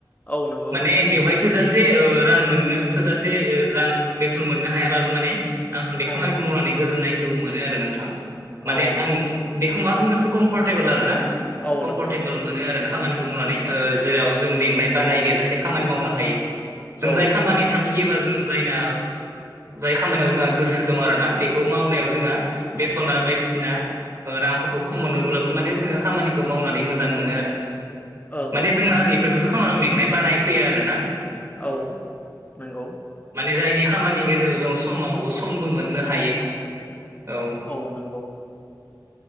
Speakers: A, on the left; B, on the right.
A: औ नंगौ
B: माने बेवहाय थोजासे ओ रां मोननो थोजासे ओ रां बेथन मोननो हायाबाबो माने आंहा बे
A: औ
B: खामानिखौ मावनानै गोजोननायखौ मोनो आरो नोंथां
A: औ
B: माने आं बेखौ मा बुंगोन कमफारटेबोल आरो ना
A: औ
B: कमफरटेबोल।
A: नंगौ
B: मोनो आरो ना खामानिखौ मावनानै ओ जेराव जों मेंनाय बानाय गैया जासे खामानि मावनो हायो।
A: औ
B: जों जाय खामानि थांखि एबा जों जायना जाय खामानियाव जोंहा गोसो दं आरोना बेखौ मावनायाव जोंहा बेथ'ना बायदिसिना रांफोरखौ खम मोनोब्लाबो माने जोङो खामानिखौ मावनानै मोजां मोनो आरो।
A: ओं
B: माने जोंना इफोर बेबो खामानियाव मेंनाय बानाय फैयो आरो ना।
A: औ नंगौ।
B: माने जायनि खामानि गेजेराव जों समाव समबो मोननो हायो औ।
A: औ नंगौ।